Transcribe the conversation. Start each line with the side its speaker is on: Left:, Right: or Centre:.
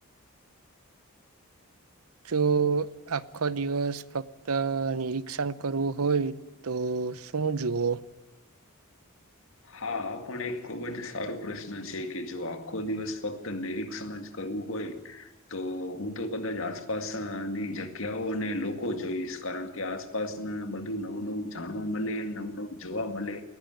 Right: જો આખો દિવસ ફક્ત નિરીક્ષણ કરવું હોય તો? તો શું જુઓ?
Left: હા આ પણ એક ખુબ જ સારો પ્રશ્ન છે કે જો આખો દિવસ ફક્ત નિરીક્ષણ જ કરવું હોય તો હું તો કદાચ આસપાસ ની જગ્યાઓ અને લોકો જોઈશ, કારણ કે આસપાસ <unintelligible> બધું નવું નવું જાણવા મલે નવું નવું જોવા મલે.